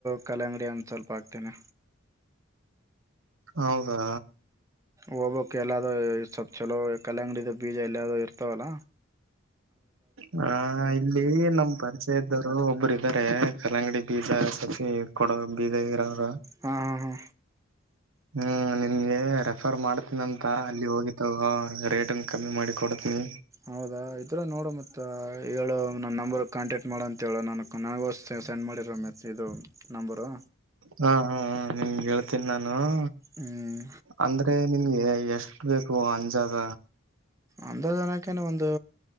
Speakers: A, on the right (about 15°); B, on the right (about 75°).
A: ಕ ಅಂಗಡಿ ಅಂದು ಸ್ವಲ್ಪ ಇತ್ತನೆ
B: ಹೌದಾ
A: ಹೋಗ್ೋಕ್ಕೆ ಎಲ್ಲಾದ ಸ್ವಲ್ಪ್ ಚಲೋ ಕಲ್ಲಂಗಡಿದು ಬೀಜ ಎಲ್ಲಾದೂ ಇರ್ತವಲ್ಲ
B: ಹ ಇಲ್ಲಿ ನಮ್ ಪರಿಚಯ ಇದ್ದರು ಒಬ್ಬರು ರೆ ಕಲಂಗಡಿ ಪಜಾ ಕಡ ಬೀದಗರ ಅವ್ರ
A: ಹಾ ಹಾ ಹಾ
B: ಹ್ಮ್ ನಿನ್ಗೆ ರೆಫರ್ ಮಾಡ್ತೀನಿ ಅಂತ ಅಲ್ಲಿ ಹೋಗಿಿತವ ರೇಟನ್ ಕಮ್ಮಿ ಮಾಡಿ ಕೊಡತನಿ
A: ಹೌದಾ ಆ್ ಈರ ನೋಡೋ ಮತ್ತ ಹೇಳೋ ನನ್ನ ನಂಬರ್ ಕಾಟಕ್ಟ್ ಇ ಮಾಡೋಂತೇಳೋ ನನು ನನಗೋ ಸ ಸೆಂಡ್ ಮಾಡಿರ ಮೆ ಇದು ನಂಬರು
B: ಹಾ ಹಾ ಹ ನಿಮಗೆ ಹೇಳ್ತೀನಿ ನಾನ ಹಾ
A: ಹ್ಮ್
B: ಅಂದ್ರೆ ನಿಮ್ಗೆ ಎಷ್ಟು ಬೇಕು ಅಂಜಾಗ
A: ಅಂದ ಜನಕ್ಕೆ ಒಂದು